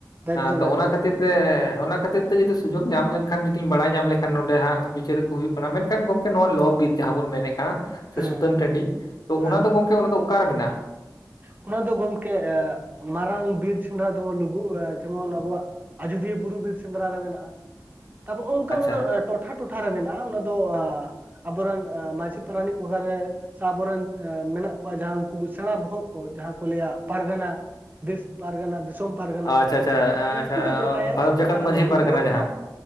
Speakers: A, on the right; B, on the left.
A: ᱮᱠᱫᱚᱢ
B: ᱟᱸ ᱛᱚ
A: ᱮᱠᱫᱚᱢ
B: ᱚᱱᱟ ᱠᱷᱟᱹᱛᱤᱨ
A: ᱮᱠᱫᱚᱢ
B: ᱛᱮ, ᱚᱱᱟ ᱠᱷᱟᱹᱛᱤᱨ ᱛᱮ ᱡᱩᱫᱤ ᱥᱩᱡᱳᱜ ᱧᱟᱢ ᱞᱮᱝᱠᱷᱟᱱ ᱡᱩᱫᱤᱧ ᱵᱟᱲᱟᱭ ᱧᱟᱢ ᱞᱮᱠᱷᱟᱱ ᱱᱚᱰᱮ ᱦᱟᱸᱜ ᱵᱤᱪᱟᱹᱨ ᱠᱚ ᱦᱩᱭᱩᱜ ᱚᱱᱟ ᱢᱮᱱᱠᱷᱟᱱ ᱜᱚᱝᱠᱮ ᱱᱚᱣᱟ ᱞᱚᱼᱵᱤᱨ ᱡᱟᱦᱟᱸ ᱵᱚᱱ ᱢᱮᱱᱮᱫ ᱠᱟᱱᱟ ᱥᱮ
A: ᱦᱮᱸ
B: ᱥᱩᱛᱟᱹᱱ ᱴᱟᱺᱰᱤ, ᱛᱚ
A: ᱦᱮᱸ
B: ᱚᱱᱟ ᱫᱚ ᱜᱚᱝ ᱠᱮ ᱚᱱᱟ ᱫᱚ ᱚᱠᱟ ᱨᱮ ᱢᱮᱱᱟᱜᱼᱟ?
A: ᱚᱱᱟ ᱫᱚ ᱜᱚᱝᱠᱮ ᱮᱸ ᱢᱟᱨᱟᱝ ᱵᱤᱨ ᱥᱮᱸᱫᱽᱨᱟ ᱫᱚ ᱵᱚ ᱞᱩᱜᱩ ᱡᱮᱢᱚᱱ ᱟᱵᱚᱣᱟᱜ ᱟᱡᱚᱫᱤᱭᱟᱹ ᱵᱩᱨᱩ ᱵᱤᱨ ᱥᱮᱸᱫᱽᱨᱟ ᱨᱮ ᱢᱮᱱᱟᱜᱼᱟ, ᱛᱟᱯᱚᱨ ᱚᱝᱠᱟ
B: ᱟᱪᱪᱷᱟ
A: ᱚᱱᱟ ᱫᱚ ᱴᱚᱴᱷᱟ ᱴᱚᱴᱷᱟ ᱨᱮ ᱢᱮᱱᱟᱜᱼᱟ, ᱚᱱᱟ ᱫᱚ ᱦᱟᱸᱜ ᱟᱵᱚ ᱨᱮᱱ ᱮᱸ ᱢᱟᱺᱡᱷᱤ ᱯᱟᱨᱟᱱᱤᱠ ᱠᱚ ᱚᱠᱟ ᱨᱮ ᱥᱮ ᱟᱵᱚ ᱨᱮᱱ ᱢᱮᱱᱟᱜ ᱠᱚᱣᱟ ᱡᱟᱦᱟᱸ ᱩᱱᱠᱩ ᱥᱮᱬᱟ ᱵᱚᱦᱚᱜ ᱠᱚ ᱡᱟᱦᱟᱸ ᱠᱚ ᱞᱟᱹᱭᱟ ᱯᱟᱨᱜᱟᱱᱟ, ᱫᱮᱥ ᱯᱟᱨᱜᱟᱱᱟ, ᱫᱤᱥᱚᱢ ᱯᱟᱨᱜᱟᱱᱟ,
B: ᱟᱪᱪᱷᱟ ᱟᱪᱪᱷᱟ
A: ᱩᱝᱠᱩ
B: ᱟᱪᱪᱷᱟ
A: ᱠᱚ ᱜᱚᱴᱟᱭᱟ
B: ᱵᱷᱟᱨᱚᱛ
A: ᱡᱮ ᱚᱠᱟᱨᱮ
B: ᱡᱟᱠᱟᱛ ᱢᱟᱺᱡᱷᱤ
A: ᱞᱚ-ᱵᱤᱨ
B: ᱯᱟᱨᱜᱟᱱᱟ
A: ᱫᱚ ᱠᱚ ᱴᱷᱟᱶᱟ᱾
B: ᱡᱟᱦᱟᱸ